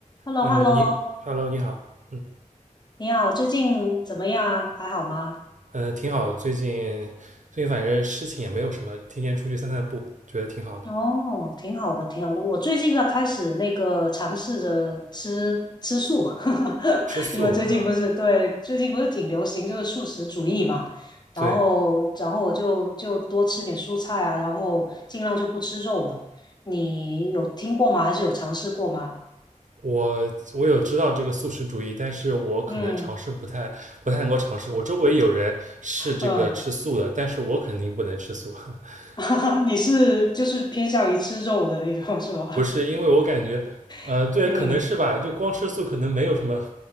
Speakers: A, on the left; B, on the right.
A: h e l l
B: 嗯，
A: o h e
B: 呃你，Hello，
A: l l o
B: 你好，嗯，
A: 你好，最近怎么样？还好吗？
B: 呃，挺好的，最近最近反正事情也没有什么，天天出去散散步，觉得挺好的。
A: 哦，挺好的，挺好的。我最近在开始那个尝试着吃吃素，
B: 吃素啊，
A: <laughs> 因为最近不是对，最近不是挺流行就是素食主义嘛。
B: 对，
A: 然后，然后我就就多吃点蔬菜啊，然后尽量就不吃肉了。你有听过吗？还是有尝试过吗？
B: 我我有知道这个素食主义，但是我可能尝试不太不太能够尝试。
A: 嗯
B: 我周围有人是这个吃素的，
A: 嗯，
B: 但是我肯定不能吃素，<laughs>
A: <laughs> 你是就是偏向于吃肉的那种是吧？
B: 不是因为我感觉，呃，
A: <laughs>
B: 对，
A: 嗯
B: 可能是吧，就光吃素可能没有什么